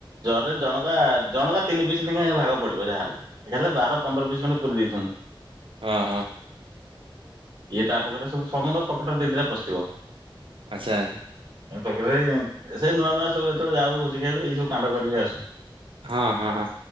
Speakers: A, on the right (about 45°); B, on the right (about 75°).
A: ଜର୍ରେ ଜଣକା ଜଣକା ତିନି ପିସ ନେଖେ ଭାଗ ପଡିବ ଯାଆହେଲେ ଏକାଥରେ ବାର ପନ୍ଦର ପିସ୍ ଖଣ୍ଡେ ପୁରୀ ଦେଇଥିନୁ।
B: ହଁ ହଁ।
A: ଇଏ ତା ପକେଟରେ ସବୁ ସମନ୍ଦ ପକେଟରେ ଦି ଦିଟା ପଶିଥିବ।
B: ଆଛା।
A: <unintelligible> ସେଇ ନୂଆ ନୂଆ ସବୁ ଯେତେବେଳେ ଯାଉୁ ବୁଝିଖିୟାକୁ ଏଇ ସବୁ କାଣ୍ଡ କରିକି ଆସୁ।
B: ହଁ ହଁ ହଁ।